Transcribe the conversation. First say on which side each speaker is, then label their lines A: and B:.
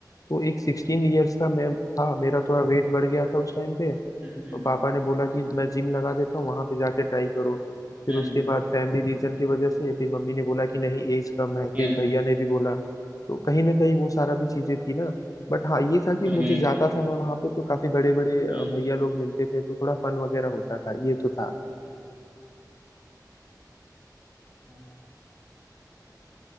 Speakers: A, on the left (about 55°); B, on the right (about 20°).
A: तो एक सिक्सटीन इयर्स का मैं था मेरा थोड़ा वेट बढ़ गया था उस टाइम पे
B: हम्म हम्म
A: तो पापा ने बोला कि मैं जिम लगा देता हूँ वहां पे जाके ट्राई करो फिर
B: हम्म
A: उसके बाद फैमिली रीजन की वजह से फिर मम्मी ने बोला कि नहीं एज कम है
B: हम्म
A: फिर भैया ने भी बोला तो कहीं ना कहीं वो सारा भी चीजें थी ना बट हाँ ये था कि
B: हम्म
A: मुझे
B: हम्म,
A: जाता था मैं वहां पे तो काफी बड़े बड़े
B: हम्म,
A: भैया लोग मिलते थे तो थोड़ा फन वगैरह होता था ये तो था
B: हम्म,